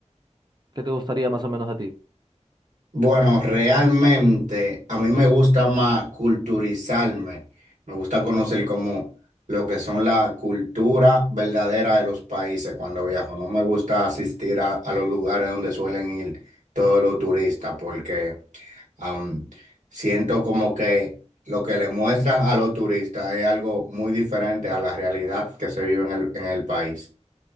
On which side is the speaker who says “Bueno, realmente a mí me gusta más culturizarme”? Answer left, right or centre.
Right